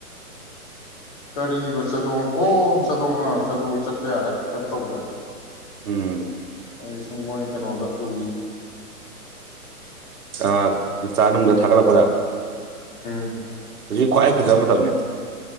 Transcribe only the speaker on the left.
ꯀꯔꯤꯕ ꯆꯥꯗꯣꯡ ꯑꯣ ꯆꯥꯗꯣꯡ ꯑꯥ ꯆꯥꯗꯣꯡ ꯆꯠꯄ ꯌꯥꯔꯦ ꯀꯩꯝ ꯇꯧꯗ꯭ꯔꯦ
ꯑ ꯁꯨꯝ ꯃꯣꯏ ꯀꯩꯅꯣꯗ ꯎꯔꯤ
ꯎꯝ